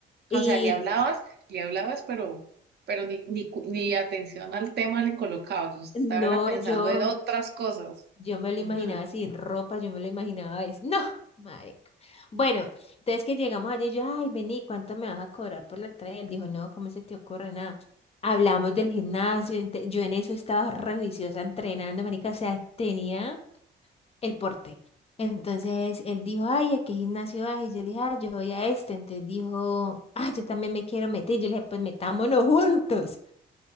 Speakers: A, on the left; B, on the right.
A: Y
B: O sea, le hablabas, le hablabas, pero, pero ni, ni, cu- ni atención al tema le colocabas, usted
A: no,
B: estaba era pensando
A: yo,
B: en otras cosas.
A: yo me lo
B: Ujú.
A: imaginaba sin ropa, yo me lo imaginaba, es, <laughs> no, marica. Bueno, entonces que llegamos allí, yo, ay, vení, ¿cuánto me vas a cobrar por la entrada? Y él dijo, no, ¿cómo se te ocurre nada? Hablamos del gimnasio, ente- yo en eso estaba re juiciosa entrenando, marica, o sea, tenía... el porte. Entonces él dijo, ay, ¿a qué gimnasio vas? Y yo le dije, ah, yo voy a este. Entonces dijo, ah, yo también me quiero meter. Yo le dije, pues metámonos juntos.